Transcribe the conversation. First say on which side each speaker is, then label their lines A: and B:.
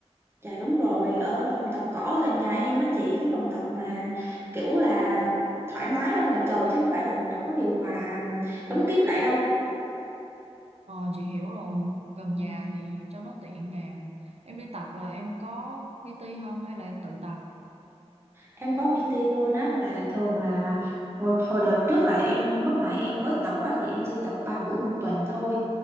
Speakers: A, on the right; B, on the right.
A: Dạ đúng rồi, ở phòng tập cỏ ở gần nhà em á chị, cái phòng tập mà kiểu là thoải mái ở ngoài trời chứ không phải là phòng tập có điều hòa đóng kín lại đâu.
B: ờ chị hiểu rồi gần nhà thì cho nó tiện nè em đi tập là em có PT không hay là em tự tập
A: Em có PT luôn á là thường là một hồi đợt trước là em lúc mà em mới tập á thì em chỉ tập 3 buổi một tuần thôi